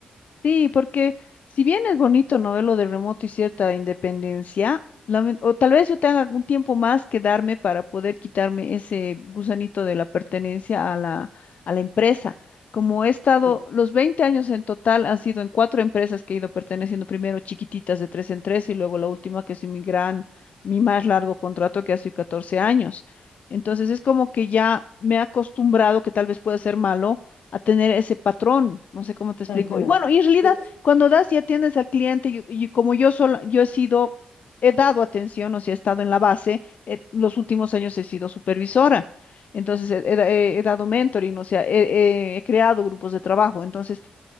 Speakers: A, on the left; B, on the left.
A: Sí, porque si bien es bonito, ¿no? ver Lo de remoto y cierta independencia, lamen- o tal vez yo tenga algún tiempo más que darme para poder quitarme ese gusanito de la pertenencia a la, a la empresa. Como he estado,
B: Sí.
A: los 20 años en total han sido en cuatro empresas que he ido perteneciendo, primero chiquititas de tres en tres y luego la última que es mi gran, mi más largo contrato que ha sido 14 años. Entonces es como que ya me he acostumbrado, que tal vez pueda ser malo a tener ese patrón, no sé cómo te explico.
B: Ujú.
A: Y bueno, y en realidad,
B: Y-
A: cuando das y atiendes al cliente, y, y como yo sola, yo he sido, he dado atención, o sea, he estado en la base, eh, los últimos años he sido supervisora, entonces he, he da- he- he dado mentoring, o sea, he, he- he creado grupos de trabajo, entonces